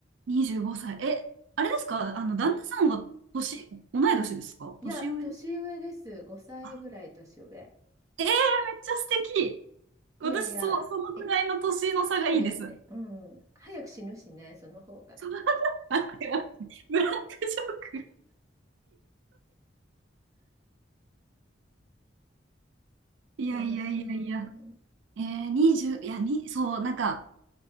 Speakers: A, on the right (about 75°); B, on the right (about 20°).
A: 25歳。え、あれですかあの、旦那さんは年、同い年ですか年上
B: いや、年上です。5歳ぐらい年上。
A: あ、えー、めっちゃ素敵。私、
B: いやいや、
A: そう、そのくらいの年の差がいいです。
B: え、そうですね。
A: <laughs>
B: うん。早く死ぬしね、その方が。
A: そんな待って待ってブラックジョーク。いやいやいやいや。
B: うん、うん、
A: えー、20、いや、に、そう、なんか、